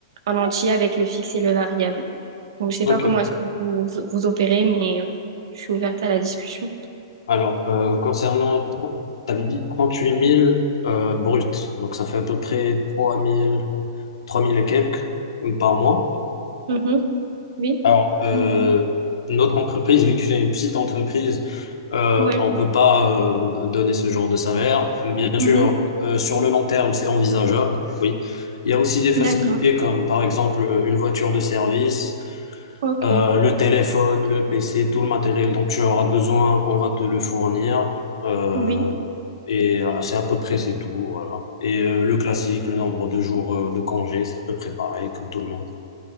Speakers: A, on the right; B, on the left.
A: en entier avec le fixe et le variable. Donc, je sais
B: OK.
A: pas comment est-ce que vous, vous opérez, mais euh, je suis ouverte à la discussion.
B: Alors, euh, concernant, tro- t'avais dit 38 000 euh, bruts, donc ça fait à peu près 3 000, 3 000 et quelques euh, par mois.
A: Mhm. Oui,
B: Alors, euh,
A: Mm.
B: notre entreprise, vu que c'est une petite entreprise, euh,
A: ouais.
B: on peut pas euh, donner ce genre de salaire. Bien
A: Mhm.
B: sûr, euh, sur le long terme, c'est envisageable, oui. Il y a aussi des facilités
A: D'accord.
B: comme, par exemple, une voiture de service.
A: Ok,
B: Euh, le téléphone, le PC, tout le matériel dont tu auras besoin, on va te le fournir. Euh,
A: oui,
B: et euh, c'est à peu près c'est tout, voilà. Et euh, le classique, le nombre de jours euh, de congé, c'est à peu près pareil comme tout le monde.